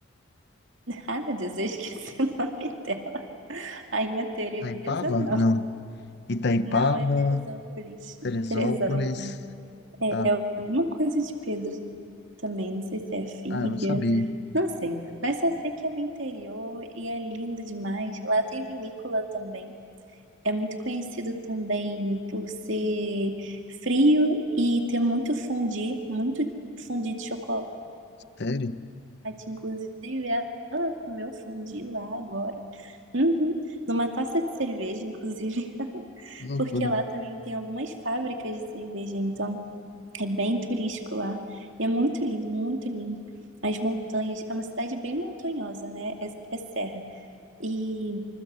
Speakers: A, on the right (about 65°); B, on the left (about 55°).
A: Ai, meu Deus, eu esqueci <laughs> o nome dela. Rainha Teresa,
B: Itaipava?
A: não.
B: Não. Itaipava.
A: Não, é Teresópolis.
B: Teresópolis.
A: Teresópolis. É,
B: Ah,
A: é alguma coisa de Pedro também. Não sei se é filha.
B: ah, eu não sabia.
A: Não sei. Mas só sei que é o interior e é lindo demais. Lá tem vinícola também. É muito conhecido também por ser frio e ter muito fondue, muito fondue de chocolate.
B: Sério?
A: Inclusive, ela comeu fondue lá agora. Uhum. Numa taça de cerveja, inclusive, <laughs>
B: Que loucura.
A: porque lá também tem algumas fábricas de cerveja, então é bem turístico lá. E é muito lindo, muito lindo. As montanhas, é uma cidade bem montanhosa, né? É, é serra. E